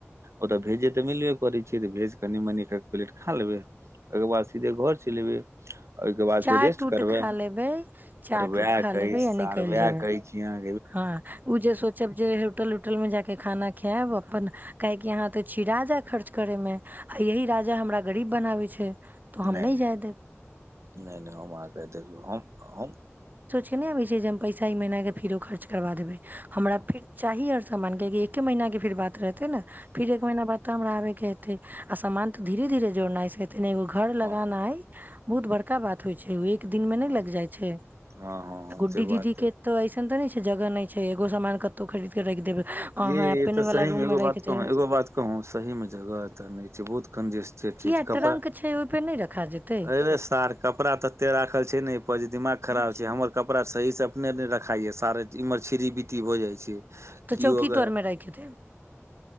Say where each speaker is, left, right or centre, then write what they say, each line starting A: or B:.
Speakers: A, on the right; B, on the right.
A: ओते भेजे ते मिलबे करे छी त भेज कनि मनी एक पलेट खा लेबे ओकर बाद सीधे घर चलबै ओहिके बाद
B: चाट
A: फेर रेस्ट
B: उट
A: करबे
B: खा लेबै चाट
A: वह
B: उट खा
A: कह
B: लेबै आ निकलि
A: वह
B: जेबै
A: कहै छीहाँ
B: हँ ओ जे सोचब जे होटल उटल मे जााक खाना खायब अपन काह क यहाँ तो चिरा जा खर्चा करे मे आ यी राजा हमरा गरीब बनाबे छै तो हम
A: नहि नहि
B: जाय देब
A: नहि नहि हम अहाके नए देखलो हम हम
B: केबै छै पैसा मना फिर ओ खर्च करबा देबै हमरा फिर चाही आओर सामान कि एके महिना के फिर बात रहते ने फिर एक महीना बाद तऽ हमरा आबे के ह आ सामान तऽ धीेरे धीरे जोड़नाय छै तनिगो घर
A: हँ
B: लगाना
A: हँ
B: हइ बहुत बड़का बात होइ छै दिन मे नहि
A: हँ
B: लग जाइ छै
A: हँ हँ हँ
B: गुड्डी
A: से
B: दीदी
A: बात
B: के तऽ ऐसे त छै जगह नहि छै एगो सान कतहु खरीद के राखि देबै अहाँ
A: य
B: अपने
A: तऽ सहीमे
B: वाला रूम
A: एो
B: मे राखि
A: बात कह
B: देब
A: एगो बात कह सहीमे जगहऽ नहि छै बहुत कन्जेस्टेड
B: किया
A: छैऽ कपड़ा
B: ट्रंक छै ओहिपे नहि रखा जेतै
A: अ रे सार कपड़ा त एते राखल छै ने पर जे दिमाग खराब
B: अच्छा
A: छै हमर कपड़ा सहीसँ अपने ने रखाइय सारे इमहर चिरी बीती हो जाय की
B: तऽ चौकी
A: ओक
B: तर मे राखि देब